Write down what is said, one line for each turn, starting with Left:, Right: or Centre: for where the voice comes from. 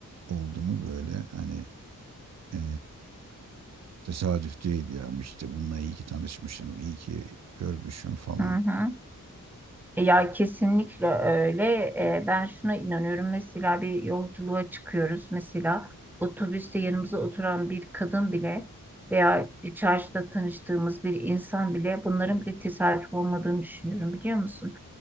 Right: oldu mu böyle hani e, tesadüf değil ya işte bununla iyi ki tanışmışım, iyi ki görmüşüm falan.
Centre: Hı hı. E, Ya kesinlikle öyle. E, ben şuna inanıyorum. Mesela bir yolculuğa çıkıyoruz. Mesela otobüste yanımıza oturan bir kadın bile veya çarşıda tanıştığımız bir insan bile bunların bir tesadüf olmadığını düşünüyorum biliyor musun?